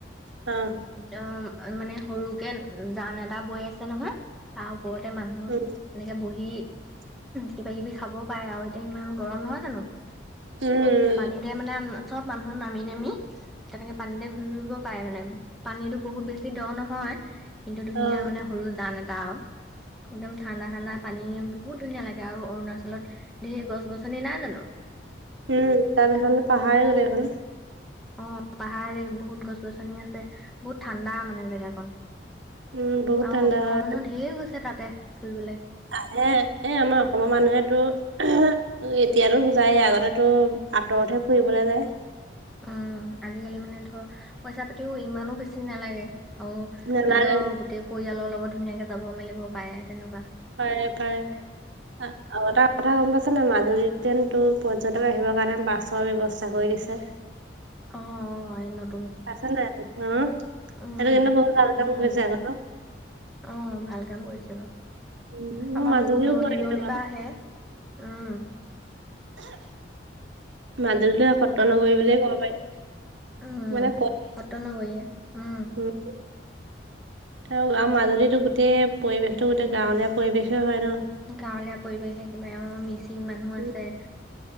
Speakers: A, on the right; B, in the centre.
A: অ',
B: দ- মানে সৰুকে জান এটা বৈ আছে নহয় তাৰ ওপৰতে মানুহ
A: উম,
B: এনেকে বহি কিবা কিবি খাবও পাৰে আৰু এতিয়া ইমান গৰম নহয় জানো।
A: উম
B: পানীতে মানে চব মানুহ নামি নামি তেনেকে পানীতে ঘূৰি ফুৰিব পাৰে মানে পানীতো বহুত বেছি দ নহয় কিন্তু ধুনীয়া
A: অ',
B: মানে সৰু জান এটা আৰু একদম ঠাণ্ডা ঠাণ্ডা পানী বহুত ধুনীয়া লাগে আৰু অৰুণাচলত ধেৰ গছ-গছনি নাই জানো।
A: উম তাত এখন পাহাৰে যদি এখন
B: অ' পাহাৰে বহুত গছ-গছনি আছে বহুত ঠাণ্ডা মানে জেগাকন।
A: উম, বহুত
B: আৰু
A: ঠাণ্ডা
B: অসমৰ
A: হয়।
B: মানুহ ধেৰ গৈছে তাতে ফুৰিবলে।
A: আহে এই আমাৰ অসমৰ মানুহেতো তো এতিয়াতো যায় আগতে তো আঁতৰতহে ফুৰিবলে যায়।
B: উম, আজিকালি মানে ধৰ পইচা পাতিও ইমানো বেছি নালাগে। আৰু তেজৰ
A: নালাগে,
B: গোটেই পৰিয়ালৰ লগত ধুনীয়াকে যাব মেলিব পাৰে তেনেকুৱা।
A: পাৰে পাৰে আ আৰু এটা কথা গম পাইছেনে মাজুলীত ট্ৰেইনটো পৰ্যটকে আহিবৰ কাৰণে বাছৰ ব্যৱস্থা কৰি দিছে।
B: অ অ <unintelligible>
A: পাইছে নাই হুও
B: উম,
A: সেইটো কিন্তু বহুত ভাল কাম
B: উম,
A: কৰিছে আক ন
B: অ' ভাল কাম কৰিছে বাৰু।
A: উম, মোৰ
B: আবা
A: মাজুলীও
B: বহুত দূৰণি
A: কৰে সেইটো
B: দূৰণিৰ
A: বাৰু।
B: পৰা আহে উম।
A: মাজুলীলে সত্ৰ
B: আকৌ
A: নগৰি বুলিয়ে ক'ব পাৰি।
B: উম,
A: মানে
B: সত্ত নগৰিয়া উম
A: হু উ আৰু আৰু মাজুলীতো গোটেই পৰিৱেশটো গোটেই গাঁৱলীয়া পৰিৱেশে হয় ন।
B: গাঁৱলীয়া পৰিৱেশ একেবাৰে অ' মিছি- ছিং মানুহ
A: উম,
B: আছে